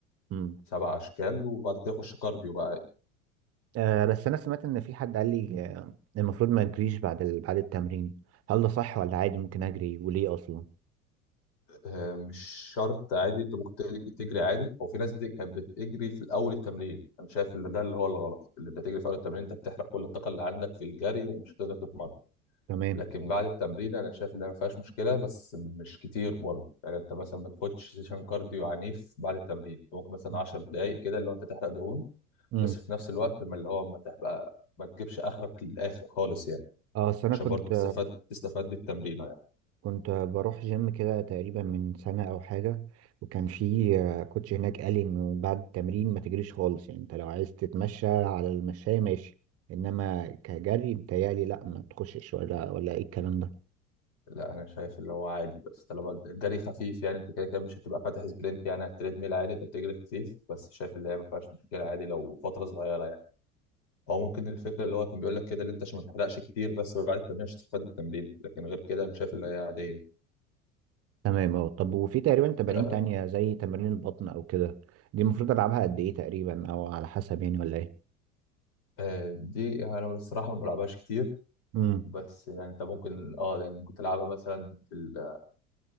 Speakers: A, on the right; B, on the left.
A: مم.
B: سبع أشكال وبعد كده خش كارديو بقى
A: آه بس أنا سمعت إن في حد قال لي آه، المفروض ما أجريش بعد ال... بعد التمرين هل ده صح ولا عادي ممكن أجري وليه أصلا؟
B: آه مش شرط عادي أنت ممكن تج- تجري عادي هو في ناس بت- كانت بتجري في الأول التمرين أنا شايف إن ده اللي هو الغلط اللي أنت تجري في أول التمرين أنت بتحرق كل الطاقة اللي عندك في الجري ومش هتقدر تتمرن
A: تمام
B: لكن بعد التمرين انا شايف انها ما فيهاش مشكله بس مش كتير برضه يعني انت مثلا ما تاخدش سيشن كارديو عنيف بعد التمرين أنت ممكن مثلا
A: مم.
B: 10 دقائق كده اللي هو انت تحرق دهون
A: مم.
B: بس في نفس الوقت ما اللي هو ما تبقى ما تجيبش اخرك للاخر خالص يعني
A: اه أصل أنا
B: عشان
A: كنت
B: برضه تستفاد تستفاد بالتمرين يعني
A: كنت بروح جيم كده تقريبا من سنة أو حاجة وكان في كوتش هناك قال لي إنه بعد التمرين ما تجريش خالص يعني أنت لو عايز تتمشى على المشاية ماشي إنما كجري بتهيألي لأ ما تخشش ولا ولا إيه الكلام ده
B: لا انا شايف اللي هو عادي بس طالما الجري خفيف يعني انت كده كده مش هتبقى فاتح سبرنت يعني على التريدميل عادي انت بتجري خفيف بس شايف اللي هي ما فيهاش مشكله عادي لو فتره صغيره يعني او ممكن الفكره اللي هو كان بيقول لك كده اللي انت عشان ما تحرقش كتير بس بعد التمرين عشان تستفاد التمرين لكن غير كده انا شايف اللي هي عاديه
A: تمام أه طب وفي تقريبا
B: انت
A: تمارين
B: آه،
A: تانية زي تمارين البطن أو كده دي المفروض ألعبها قد إيه تقريبا أو على حسب يعني ولا إيه؟
B: آه، دي انا بصراحه ما بلعبهاش كتير
A: امم
B: بس يعني انت ممكن اه يعني ممكن تلعبها مثلا في ال...